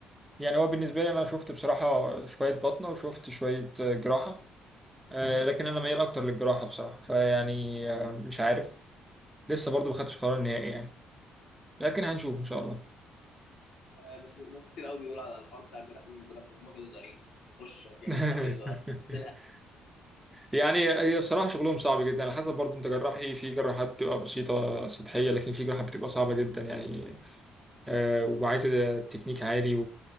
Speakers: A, in the centre; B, on the left.
A: يعني هو بالنسبه لي انا شفت بصراحه شويه بطنه وشفت شويه جراحه آه، لكن انا ميال اكتر للجراحه بصراحه فيعني آه، مش عارف لسه برضو ما خدتش قرار نهائي يعني لكن هنشوف ان شاء الله
B: آه، بس ناس كتير قوي بيقولوا على الحوار بتاع الجراحين بيقول لك هم جزارين يخش في
A: <laughs>
B: حته بايظه <laughs> تلها.
A: يعني هي صراحة شغلهم صعب جدا على حسب برضه انت جراح ايه في جراحات بتبقى بسيطة سطحية لكن في جراحات بتبقى صعبة جدا يعني آه وعايزة تكنيك عالي